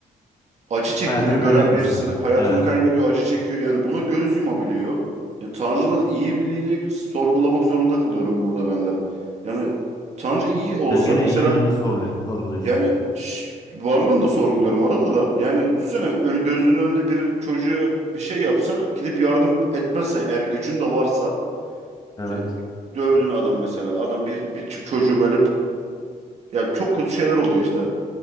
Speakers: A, on the right; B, on the left.
A: acı çektiğini
B: Hayatını
A: gören
B: kaybetmesine.
A: birisi hayatını
B: Evet.
A: kaybediyor, acı çekiyor. Yani buna göz yumabiliyor. Ya Tanrı'nın iyi birliğini sorgulamak zorunda kalıyorum burada ben de. Yani Tanrı iyi olsa
B: Sen gene
A: mesela
B: iyiliğini sorlu- sorguluyorsun.
A: yani ş- varlığını da sorguluyorum arada da. Yani düşünsene önü gözünün önünde bir çocuğa bir şey yapsa gidip yardım etmezsen eğer gücün de varsa
B: Evet.
A: yani dövdün adam mesela adam bir bir ç- çocuğu böyle yani çok kötü şeyler oluyor işte.